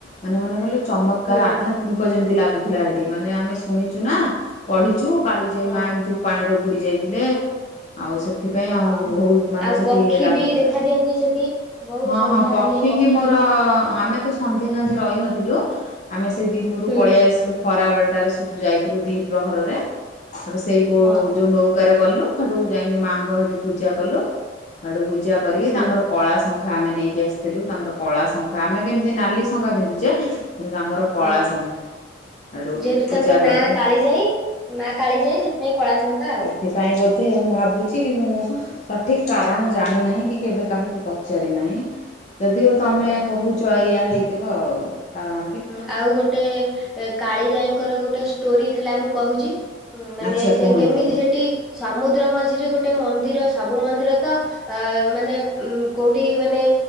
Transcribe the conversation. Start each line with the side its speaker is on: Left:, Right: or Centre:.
Left: ମାନେ ମନେକଲେ ଚମତ୍କାର
Centre: ହୁଁ
Left: ଆଧ୍ୟାତ୍ମିକ ଯେମିତି ଲାଗୁଥିଲା ଏଠି ମାନେ ଆମେ ଶୁଣିଛୁ ନା ପଢିଛୁ କାଳି ଯାଇ
Centre: ହଁ
Left: ମା ଏମିତି ପାଣିରେ ବୁଡି ଯାଇଥିଲେ ଆଉ ସେ ସେଥିପାଇଁ
Centre: ହଁ
Left: ଆମକୁ ବହୁତ ମାନେ
Centre: ଆଉ
Left: ସେଠି
Centre: ପକ୍ଷୀ
Left: ଇଏ ଲାଗୁଥିଲା
Centre: ବି ଦେଖା ଦିଅନ୍ତି ସେଠି ବହୁତ
Left: ହଁ
Centre: ସନ୍ଧ୍ୟା
Left: ହଁ ପ
Centre: ହେଲେ
Left: ହେ
Centre: ପକ୍ଷୀ
Left: କିି ମୋର ଆମେ ତ ସନ୍ଧ୍ୟା ସାଙ୍ଗେ ରହିନଥିଲୁ ଆମେ ସେ ଦିନରୁ
Centre: ହୁଁ
Left: ପଳେଇ ଆସିଲୁ ଖରାବେଲଟାରେ ସୁଧୁ ଯାଇଥିଲୁ ଦ୍ୱିପ୍ରହରରେ ସେଠୁ ସେଇ ଗୋ
Centre: ହଁ
Left: ଯୋଉ ନୌକାରେ ଗଲୁ ସେଠୁ ଯାଇକି ମାଆଙ୍କ ସେଠି ପୂଜା କଲୁ ସେଡୁ ପୂଜା କରି
Centre: ହୁଁ
Left: ତାଙ୍କର କଳା ଶଙ୍ଖା ଶଙ୍ଖା ଆମେ ନେଇକି ଆସିଥିଲୁ ତାଙ୍କର କଳା ଶଙ୍ଖା ଆମେ କେମିତି ନାଲି ଶଙ୍ଖା ପିନ୍ଧୁଛେ କିନ୍ତୁ ତାଙ୍କର କଳା
Centre: ହଁ
Left: ଶଙ୍ଖାରେ ଆଡୁ
Centre: ଯେହେତୁ
Left: ପୂଜା
Centre: ତାଙ୍କ
Left: କରିକି।
Centre: ନାଁ କାଳିଜାଇ ମା କାଳିଯାଏ ସେଥିପାଇଁ କଳା ସଙ୍ଖା ଆଉ
Left: ଏଥିପାଇଁ ବୋଧେ ମୁଁ ଭାବୁଛି କିନ୍ତୁ ମୁଁ ସଠିକ୍ କାରଣ ଜାଣିନାହିଁ କି କେବେ କାହାକୁ ପଚାରିନାହିଁ? ଯଦିଓ ତମେ
Centre: ହଁ।
Left: କହୁଛ ଏଇଆ ହେଇଥିବ ଆଉ କାରଣ
Centre: ହୁଁ ଆଉ ଗୋଟେ କାଳିଜାଇଙ୍କର ଗୋଟେ ଷ୍ଟୋରି ଥିଲା ମୁଁ କହୁଛି। ମାନେ
Left: ଆଚ୍ଛା କୁହନ୍ତୁ
Centre: ସେ କେମିତି ସେଠି ସମୁଦ୍ର ମଝିରେ ଗୋଟେ ମନ୍ଦିର ସବୁ ମନ୍ଦିର ତ ଆ ମାନେ ଉ କୋଉଠି ମାନେ